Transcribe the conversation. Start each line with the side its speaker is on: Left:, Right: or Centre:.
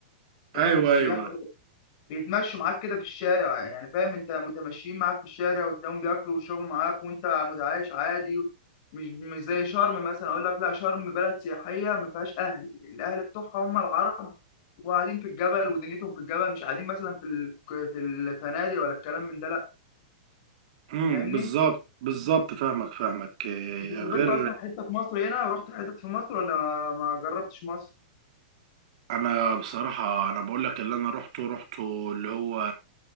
Left: فاهم
Right: ايوه
Left: السياح
Right: ايوه
Left: بيتمشوا معاك كده في الشارع يعني فاهم انت متمشيين معاك في الشارع وتلاقيهم بياكلوا ويشربوا معاك وانت متعايش عادي و- مش مش زي شرم مثلا اقول لك لا شرم بلد سياحيه ما فيهاش اهل الاهل بتوعها هم العرب وقاعدين في الجبل ودنيتهم في الجبل مش قاعدين مثلا في ال- في الفنادق ولا الكلام من ده لا
Right: امم
Left: فاهمني
Right: بالظبط بالظبط فاهمك فاهمك آه،
Left: انت سافرت
Right: غير
Left: اصلا حته في مصر هنا ورحت حته في مصر ولا ما ما جربتش مصر
Right: انا بصراحة انا بقول لك اللي انا روحته روحته اللي هو